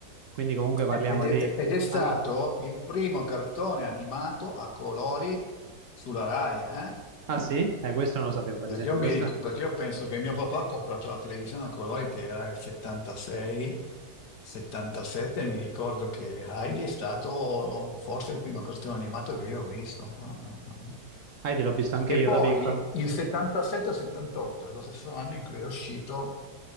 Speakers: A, on the right (about 60°); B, on the left (about 70°).
A: Quindi comunque parliamo
B: Eh, Ed è,
A: di...
B: ed è stato
A: an-
B: il primo cartone animato a colori sulla Rai, eh?
A: Ah sì? Eh, questo non lo sapevo, per
B: Perché
A: esempio.
B: io, mi
A: Questo...
B: ric- perché io penso che mio papà ha comprato la televisione a colori che era il 76, 77, e mi ricordo che Heidi è stato forse il primo cartone animato che io ho visto. No, no, no, no.
A: Ah, l'ho visto anche
B: E
A: io
B: poi
A: da piccola.
B: il 77 o 78 è lo stesso anno in cui è uscito